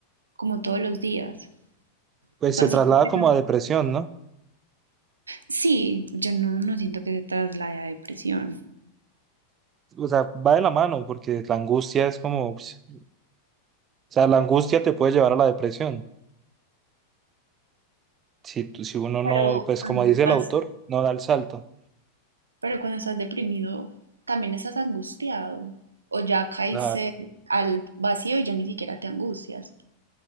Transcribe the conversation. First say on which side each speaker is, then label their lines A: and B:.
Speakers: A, on the right; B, on the right.
A: como todos los días.
B: Pues
A: Pues
B: se traslada
A: sí, porque
B: como
A: no-
B: a depresión, ¿no?
A: sí, yo no, no siento que se traslade a depresión.
B: O sea, va de la mano porque la angustia es como, pues, o sea, la angustia te puede llevar a la depresión. Si, tú- si uno no,
A: Pero
B: pues
A: cuando
B: como dice
A: estás,
B: el autor, no da el salto.
A: pero cuando estás deprimido, también estás angustiado. O ya caíste
B: Claro.
A: al vacío y ya ni siquiera te angustias.